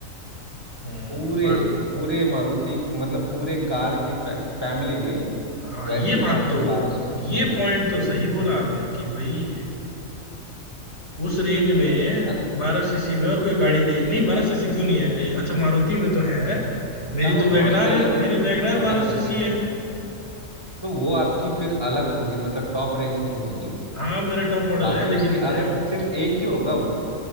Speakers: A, on the left; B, on the right.
A: हम्म,
B: पूरे
A: बात
B: पूरे मारुति के- मतलब पूरे कार के फै, फैमिली में
A: हाँ
B: वैसी
A: ये
B: कार
A: बात
B: में
A: तो
B: बारह सौ सीसी
A: ये
B: की वही
A: पॉइंट तो सही बोला आपने कि भाई उस रेंज में
B: है ना
A: बारह सीसी में और कोई गाड़ी दे नहीं बारह सीसी क्यों नहीं है अच्छा मारुति में तो है मेरी
B: कहाँ
A: तो
B: है
A: वैगनार
B: नौ सौ निन्यानवे
A: है मेरी
B: में
A: वैगनार
B: अटक
A: बारह
B: जाते
A: सीसी
B: हैं
A: है
B: तो वो आपकी फिर अलग होगी मतलब टॉप रेंज की होगी
A: हाँ मेरा टॉप मॉडल
B: बाकी
A: है लेकिन
B: उसके अगर
A: है
B: सिर्फ एक ही होगा वो